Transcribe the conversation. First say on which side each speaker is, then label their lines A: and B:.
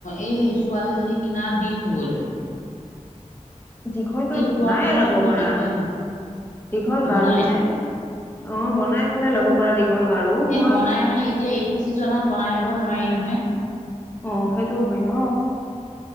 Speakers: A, on the left; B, on the left.
A: এই ছোৱালীজনী কিনাৰ দি থবলে
B: দীঘলকৈ বনাইয়ে
A: শোৱাৰ সময়ত
B: ল'ব
A: বৰ
B: পাৰা
A: দিগদাৰ
B: দীঘল গাৰু
A: বনাই
B: যে অ বনাই কেনে ল'ব পৰা দীঘল গাৰু
A: এ
B: মই
A: বনাই মানে এতিয়া এইটো চিজনত বনাই লব নোৱাৰি নহয়
B: অ সেইটোও হয় ন